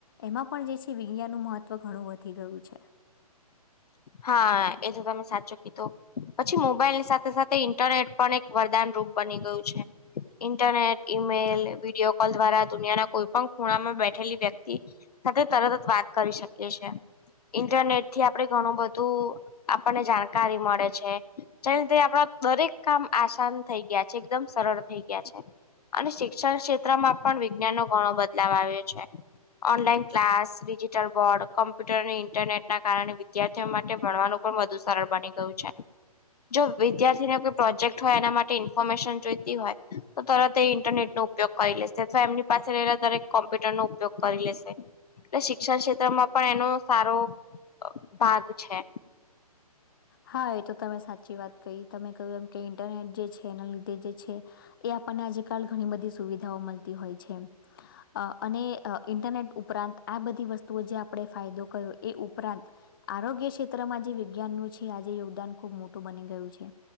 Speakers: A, on the left (about 35°); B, on the left (about 80°).
A: એમાં પણ જે છે વિજ્ઞાન નું મહત્વ ઘણું વધી ગયું છે.
B: હા એ તો તમે સાચો કીધો. પછી મોબાઈલ ની સાથે સાથે ઇન્ટરનેટ પણ એક વરદાન રૂપ બની ગયું છે. ઇન્ટરનેટ ઈમેલ વિડીયો કોલ દ્વારા દુનિયાના કોઈ પણ ખૂણા માં બેઠેલી વ્યક્તિ <unintelligible> સતત તરત વાત કરી શકીએ છીએ ઇન્ટરનેટ થી આપણે ઘણું બધું આપણને જાણકારી મળે છે <unintelligible> જેનીધ આપણા દરેક કામ આસાન થઈ ગયા છે એકદમ સરળ થઈ ગયા છે અને શિક્ષણ ક્ષેત્રમાં પણ વિજ્ઞાનનો ઘણો બદલાવ આવે છે. Online class digital board computer અને ઇન્ટરનેટ ના કારણે <unintelligible> તે માટે ભણવાનું પણ વધુ સરળ બની ગયું છે. જો વિદ્યાર્થીને કોઈ પ્રોજેક્ટ હોય એના માટે ઇન્ફોર્મેશન જોઈતી હોય તો તરત એ ઇન્ટરનેટ નો ઉપયોગ કરી લેશે અથવા એમની પાસે રહેલા દરેક કોમ્પ્યુટર નો ઉપયોગ કરી લેશે. <unintelligible> એટલે શિક્ષણ ક્ષેત્રમાં પણ એનો સારો અ ભાગ છે.
A: હા એ તો તમે સાચી વાત કહી તમે કહ્યું એમ કે ઇન્ટરનેટ જે છે એના લીધે <unintelligible> જે છે એ આપણને આજ કાલ ઘણી બધી સુવિધાઓ મળતી હોય છે. અ અને ઇન્ટરનેટ ઉપરાંત આ બધી વસ્તુઓ જે આપણે ફાયદો કરયો એ ઉપરાંત આરોગ્ય ક્ષેત્રમાં જે વિજ્ઞાનનું છે આજે યોગદાન ખુબ મોટું બની ગયું છે.